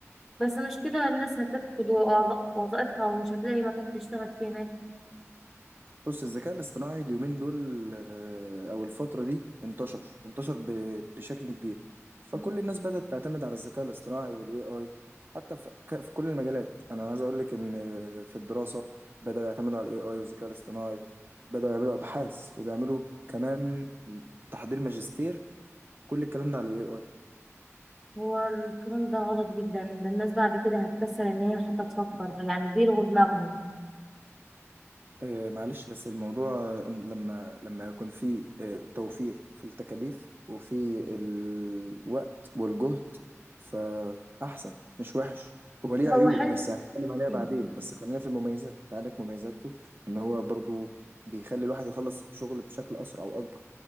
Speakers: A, in the centre; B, on the right.
A: بس مش كده الناس هتفقد وظ- وظائفها ومش هتلاقي مكان تشتغل فيه يا مازن
B: بص الذكاء الاصطناعي اليومين دول آه، أو الفترة دي انتشر انتشر ب- بشكل كبير فكل
A: مم.
B: الناس بدأت تعتمد على الذكاء الاصطناعي وال AI حتى في ك- في كل المجالات أنا عايز أقول لك إن آه، في الدراسة بدأوا يعتمدوا على ال AI والذكاء الاصطناعي بدأوا يعملوا أبحاث وبيعملوا كمان تحضير ماجستير كل الكلام ده على ال AI
A: هو الكلام ده غلط جدا ده الناس بعد كده هتكسل ان هي حتى تفكر يعني بيلغوا دماغهم
B: آه، معلش بس الموضوع آه، إن لما لما يكون في آه، توفير في التكاليف وفي الوقت والجهد فأحسن مش وحش هو ليه عيوب
A: هو حلو
B: بس هنتكلم عليها
A: مم.
B: بعدين بس خلينا في المميزات انت عندك مميزاته ان هو برضو بيخلي الواحد يخلص شغل بشكل أسرع وأكبر